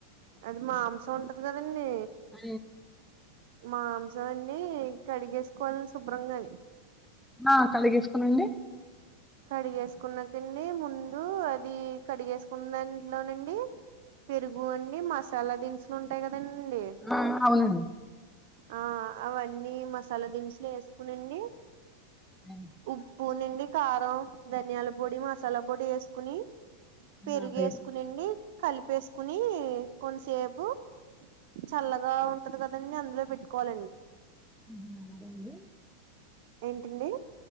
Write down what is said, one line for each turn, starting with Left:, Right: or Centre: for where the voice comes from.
Right: అది మాంసం ఉంటది కదండీ
Centre: ఆ
Right: మాంసం అండీ కడిగేసుకోవల్ శుభ్రం గాని
Centre: ఆ కలిగేస్కునండి
Right: కడిగేసుకున్నాకండి ముందు అది కడిగేసుకున్న దాంట్లోనండి పెరుగు అండి మసాలా దినుసులు ఉంటాయ్ కదండి
Centre: ఆ అవునండి
Right: ఆ అవన్నీ మసాలా దినుసులే వేసుకునండి
Centre: అ
Right: ఉప్పు నుండి కారం ధనియాల పొడి మసాలా పొడి వేసుకుని
Centre: ఆ,
Right: పెరుగు
Centre: అలాగే
Right: వేసుకునిండి కలిపేసుకుని కొంసేప్ పు చల్లగా ఉంటది కదండి అందులో పెట్టుకోవాలండి
Centre: ఊహు అలాగ అండి
Right: ఏంటండి?